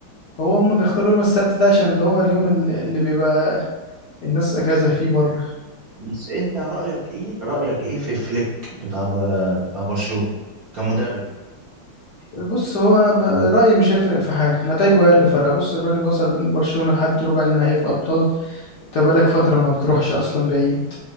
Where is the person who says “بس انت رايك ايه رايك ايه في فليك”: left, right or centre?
Right